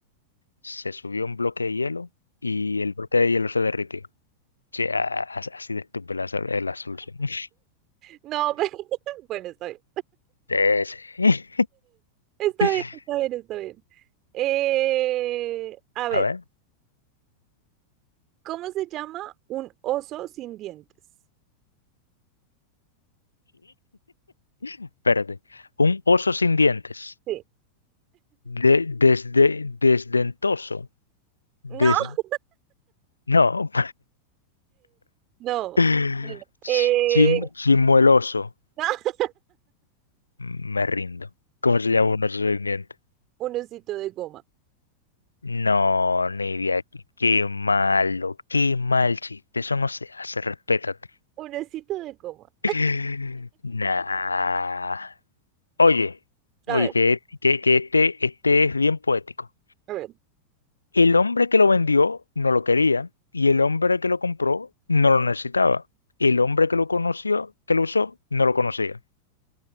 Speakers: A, on the left (about 80°); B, on the right (about 35°).
A: Se subió un bloque de hielo y el bloque de hielo se derritió. Sí, a- a- así de estúpida es la, sol- es la solución. <laughs>
B: No, <laughs> pero- bueno, está bien.
A: Sí, sí.
B: Está
A: <laughs>
B: bien, está bien, está bien. Eh, a ver,
A: A ver.
B: ¿cómo se llama un oso sin dientes?
A: Espérate. Un oso sin dientes.
B: Sí.
A: De, desde, desdentoso. Des,
B: No, <laughs>
A: no.
B: no.
A: <laughs>
B: Eh,
A: Chim- chimueloso.
B: no. <laughs>
A: Me rindo. ¿Cómo se llama un oso sin dientes?
B: Un osito de goma.
A: No, ni de Qué malo, qué mal chiste. Eso no se hace, respétate.
B: Un osito de goma.
A: <laughs> Nah. Oye, oye,
B: A ver,
A: que, que, que este, este es bien poético.
B: a ver.
A: El hombre que lo vendió no lo quería y el hombre que lo compró no lo necesitaba. El hombre que lo conoció, que lo usó, no lo conocía.